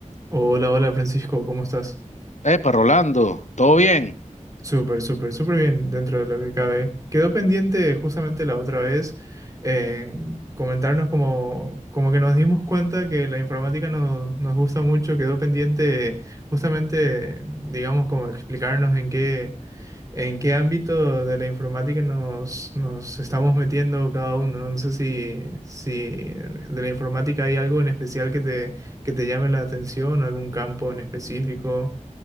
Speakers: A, on the right; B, on the left.
A: Hola, hola Francisco, ¿cómo estás?
B: Epa, Rolando, ¿todo bien?
A: Súper, súper, súper bien dentro de lo que cabe. Quedó pendiente justamente la otra vez eh, comentarnos como, como que nos dimos cuenta que la informática nos, nos gusta mucho, quedó pendiente justamente, digamos, como explicarnos en qué, en qué ámbito de la informática nos, nos estamos metiendo cada uno. No sé si, si de la informática hay algo en especial que te, que te llame la atención, algún campo en específico.